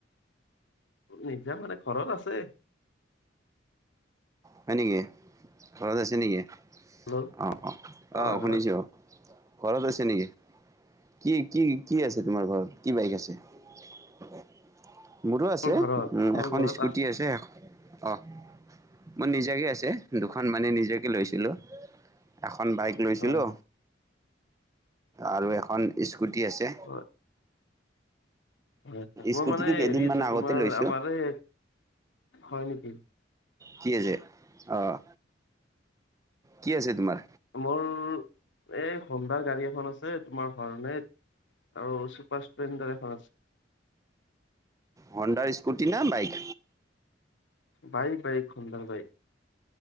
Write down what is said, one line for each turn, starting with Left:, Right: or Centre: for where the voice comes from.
Left: নিজা মানে ঘৰত আছে।
Right: হয় নেকি। ঘৰত আছে নেকি
Left: হেল্ল'
Right: আহ অ
Left: হয়,
Right: আহ শুনিছো
Left: হয়,
Right: অ ঘৰত আছে নেকি কি কি কি আছে তোমাৰ ঘৰত, কি বাইক আছে? <unintelligible> মোৰো আছে,
Left: মোৰ ঘৰত মোৰ
Right: এখন
Left: ঘৰত
Right: স্কুটি আছে অ' মোৰ নিজাৰে আছে, দুখন মানে নিজাকে লৈছো। হেল্ল এখন বাইক
Left: হয়,
Right: লৈছিলো আৰু এখন স্কুটি আছে।
Left: হয় হয়, মোৰ
Right: স্কুটিটো
Left: মানে হেৰি
Right: কেইদিনমান
Left: আছে,
Right: আগতে
Left: তোমাৰ
Right: লৈছোঁ
Left: আমাৰ এই হয় নেকি।
Right: কি আছে আহ কি আছে তোমাৰ?
Left: মোৰ এই হোণ্ডদাৰ গাড়ী এখন আছে, তোমাৰ কাৰণে আৰু চুপাৰ স্প্লেণ্ডাৰ এখন আছে।
Right: হণ্ডাৰ স্কুটি ন বাইক?
Left: বাইক বাইক হোণ্ডাৰ বাইক।